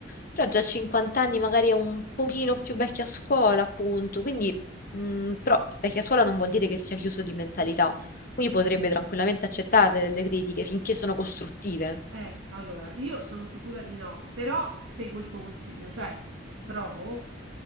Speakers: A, on the left; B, on the right.
A: Però già a 50 anni magari è un pochino più vecchia scuola, appunto. Quindi, mm, però vecchia scuola non vuol dire che sia chiuso di mentalità quindi potrebbe tranquillamente accettare delle critiche finché sono costruttive.
B: Eh, allora, io sono sicura di no, però seguo il tuo consiglio, cioè provo